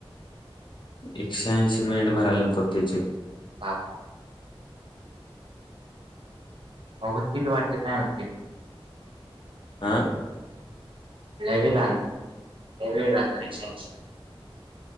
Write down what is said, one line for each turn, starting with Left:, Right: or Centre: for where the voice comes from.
Left: एकशे ऐंशी मिनिट भरायला नको त्याचे
Right: हां हां अगत वाटत नाही होते
Left: आं
Right: लवे लावे ला परीक्षाक्ष